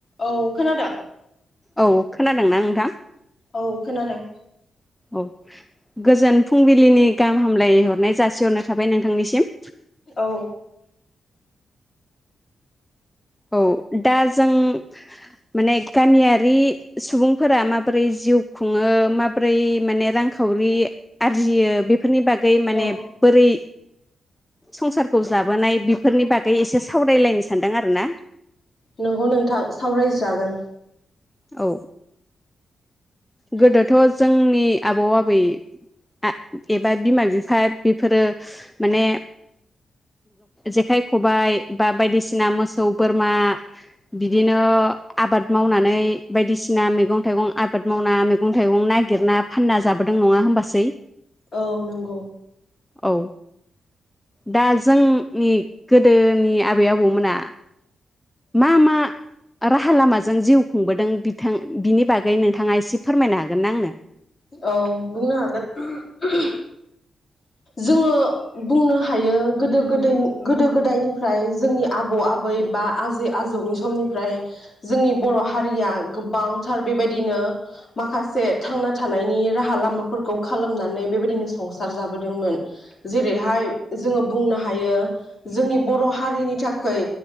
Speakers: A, on the left (about 35°); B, in the centre.
A: औ खोनादों।
B: औ खोनादोंना नोंथां?
A: औ खोनादों।
B: औ गोजोन फुंबिलिनि गाहाम हामलाय हरनाय जासिहरनाय थाबाय नोंथांनिसिम।
A: औ
B: औ दा जों माने गामियारि सुबुंफोरा माबोरै जिउ खुङो माबोरै माने रांखावरि आरजियो बेफोरनि बागै माने
A: औ
B: बोरै संसारखौ जाबोनाय बि फोरनि बागै एसे सावरायलायनो सानदों आरो ना।
A: नोंगौ नोंथां सावरायजागोन।
B: औ गोदोथ' जोंनि आबौ आबै आं एबा बिमा बिफा बेफोरो माने जेखाइ खबाइ खबाइ बायदिसिना मोसौ बोरमा बिदिनो आबाद मावनानै बायदिसिना मैगं थाइगं आबाद मावना मैगं थाइगं नागिरना फानना जाबोदों नङा होनबासै?
A: औ नंगौ।
B: औ दा जोंनि गोदोनि आबै आबौमोना मा मा राहा लामाजों जिउ खुंबोदों बिथां बिनि बागै नोंथ थाङा एसे फोरमायनो हागोन ना आंनो?
A: औ बुंनो हागोन। <unintelligible> जोङो बुंनो हायो गोदो गोद गोदो गोदायनिफ्राय जोंनि आबौ आबै बा आजै आजौनि समनिफ्राय जोंनि बर' हारिया गोबांथार बेबायदिनो माखासे थांना थानायनि राहा लामाफोरखौ खालामनानै बेबायदिनो संसार जाबोदोंमोन जेरैहाय जोङो बुंनो हायो जोंनि बर' हारिनि थाखैय